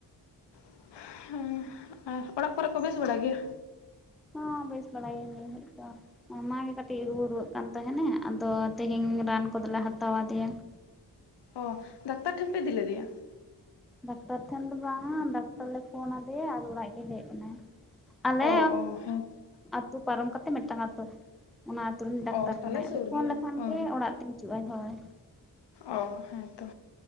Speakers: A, on the left; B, in the centre.
A: <inaudible> ᱟᱨ ᱚᱲᱟᱜ ᱠᱚᱨᱮ ᱠᱚ ᱵᱮᱥ ᱵᱟᱲᱟ ᱜᱮᱭᱟ?
B: ᱦᱚᱸ ᱵᱮᱥ ᱵᱟᱲᱟ ᱜᱮ ᱱᱤᱭᱟᱹ ᱜᱷᱟᱲᱤᱡ ᱫᱚ᱾ ᱢᱟᱢᱟ ᱜᱮ ᱠᱟᱹᱴᱤᱡ ᱨᱩᱣᱟᱹ ᱨᱩᱣᱟᱹᱜ ᱠᱟᱱ ᱛᱟᱦᱮᱱᱮ ᱟᱫᱚ ᱛᱮᱦᱤᱧ ᱨᱟᱱ ᱠᱚᱫᱚᱞᱮ ᱦᱟᱛᱟᱣ ᱟᱫᱮᱭᱟ ᱾
A: ᱚ ᱰᱟᱠᱛᱟᱨ ᱴᱷᱮᱱ ᱯᱮ ᱤᱫᱤ ᱞᱮᱫᱮᱭᱟ ᱾
B: ᱰᱟᱠᱛᱟᱨ ᱴᱷᱮᱱ ᱫᱚ ᱵᱟᱝᱟ ᱰᱟᱠᱛᱟᱨ ᱞᱮ ᱯᱷᱳᱱ ᱟᱫᱮᱭᱟ ᱟᱫᱚ ᱚᱲᱟᱜ ᱜᱮ ᱦᱮᱡ ᱮᱱᱟ ᱾ ᱟᱞᱮ
A: ᱚ ᱚ ᱦᱮᱸᱛᱚ
B: ᱟᱹᱛᱩ ᱯᱟᱨᱚᱢ ᱠᱟᱛᱮ ᱢᱤᱫᱴᱟᱝ ᱟᱹᱛᱩ ᱾ ᱚᱱᱟ ᱟᱛᱩ ᱨᱤᱱᱤᱡ ᱰᱟᱠᱛᱟᱨ
A: ᱚ ᱛᱟᱦᱚᱞᱮ
B: ᱠᱟᱱᱟᱭ᱾
A: ᱥᱩᱨ
B: ᱟᱫᱚ ᱯᱷᱳᱱ
A: ᱜᱮᱭᱟ
B: ᱞᱮᱠᱷᱟᱱ
A: ᱚ
B: ᱜᱮ ᱚᱲᱟᱜ ᱛᱮᱭ ᱦᱤᱡᱩᱜᱼ ᱟᱭ ᱦᱳᱭ᱾
A: ᱚ ᱦᱮᱸᱛᱚ